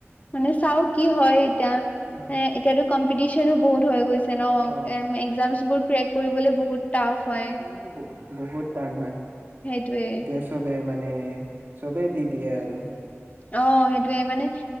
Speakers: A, on the left; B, on the right.
A: মানে চাও কি হয় এতিয়া
B: অ
A: এ এতিয়াতো কম টিচনও ব হৈ গৈছে ন
B: অ
A: এক্সামবোৰ ক্ৰেক কৰিবলৈ বহুত টাফ হয়।
B: উম বহুত টান হয়।
A: সেইটোৱে।
B: এতিয়া চবে মানে চবে দি দিয়ে আৰু।
A: অহ ', সেইটয়ে মানে